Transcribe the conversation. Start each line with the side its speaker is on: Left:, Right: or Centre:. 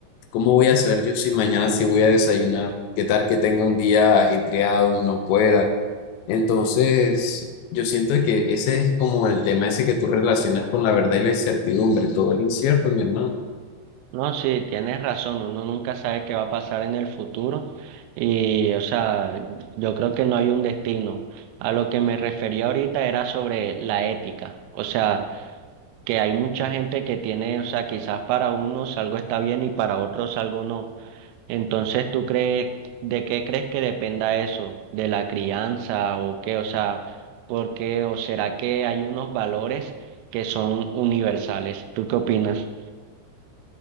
Left: ¿Cómo voy a saber yo si mañana sí voy a desayunar? ¿Qué tal que tenga un día ajetreado, y no pueda? Entonces, yo siento que ese es como el tema ese que tú relacionas con la verdad y la incertidumbre. Todo es incierto, mi hermano.
Right: No, sí, tienes razón, uno nunca sabe qué va a pasar en el futuro y, o sea, yo creo que no hay un destino. A lo que me refería ahorita era sobre la ética. O sea, que hay mucha gente que tiene, o sea, quizás para unos algo está bien y para otros algo no. Entonces, ¿tú crees, de qué crees que dependa eso? ¿De la crianza o qué? O sea, ¿por qué? ¿O será que hay unos valores que son universales? ¿Tú qué opinas?